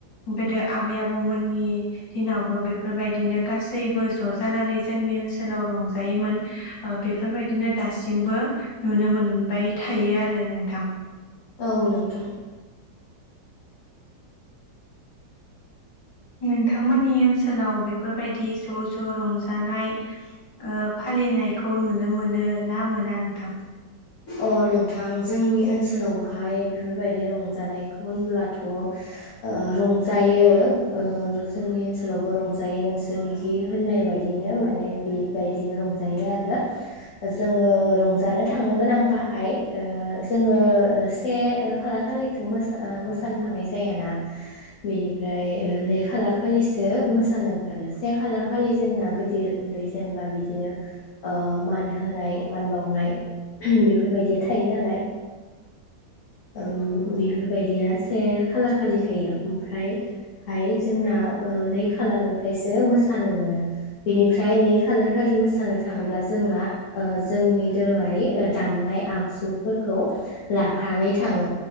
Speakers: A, on the left; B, on the left.
A: गोदो आबै आबौमोननि दिनावबो बेफोरबायदिनो गासैबो ज' जानानै जोंनि ओनसोलाव रंजायोमोन ओ बेफोरबायदिनो दासिमबो नुनो मोनबाय थायो आ रो नोंथां।
B: औ नोंथां
A: नोंथांमोननि ओनसोलाव बेफोरबायदि ज' ज' रंजानाय ओ फालिनायखौ नुनो मोनो ना मोना नोंथां?
B: अ नोंथां जोंनि ओनसोलावहाय बेफोरबायदि रंजानायखौ होनब्लाथ' ओ रंजायो ओ र' जोंनि ओनसोलावबो रंजायो नोंसोरनिखि होननाय बायदिनो माने बेबायदिनो रंजायो आरो जोङो रंजानो थांनो गोनां बाहाय ओ जोङो से ओ खालार खालिथ' मोसा ओ मोसानो थांनाय जायाना बेनिफ्राय नै खालार खालिसो मोसानो ओंखारो से खालार खालि जोंना गिदिर उन्दै जेनेबा बिदिनो ओ मान होनाय मान बावनाय बे फोरबायदिया थायो नालाय ओम बेफोरबायदिया से खालार खालि थायो ओमफ्राय हाय जोंना ओ नै खालारनिफ्रायसो मोसानो मोनो बेनिफ्राय नै खालार खालि मोसानो थाङोब्ला जोंना ओ जोंनि दोरोङारि ओ दाम नाय आगजुफोरखौ लाफानानै थाङो